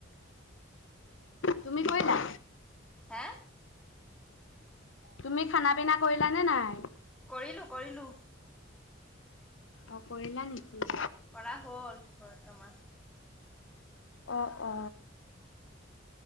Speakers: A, on the left; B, in the centre.
A: তুমি কৰিলা
B: হে
A: তুমি খানা পিনা কৰিলানে নাই
B: কৰিলো কৰিলো
A: অ কৰিলা নেকি
B: কৰা হ'ল বৰ্তমান
A: অ অ